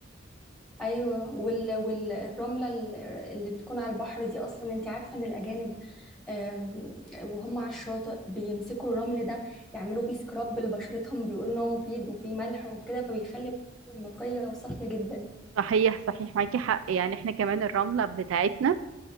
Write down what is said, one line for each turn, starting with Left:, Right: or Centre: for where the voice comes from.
Centre: ايوه وال... والرمله اللي بتكون على البحر دي اصلا انت عارفه ان الاجانب أم، وهم على الشاطئ بيمسكوا الرمل ده يعملوا بيه سكراب لبشرتهم بيقولوا ان هو مفيد وفيه ملح وكده فبيخلي بشرتهم نقيه وصافيه جدا
Right: صحيح صحيح معاكي حق يعني احنا كمان الرملة بتاعتنا